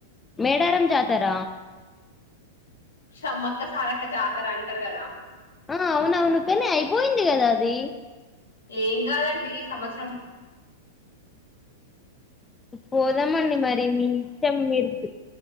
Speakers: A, on the left; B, on the left.
A: మేడారం జాతర
B: సమ్మక్క సారక్క జాతర అంటరు గదా
A: ఆ అవునవును పనే అయిపోయింది గదా అది
B: ఏం కాదండి సంవత్సరం
A: పోదామండి మరి మీచం మీరుకు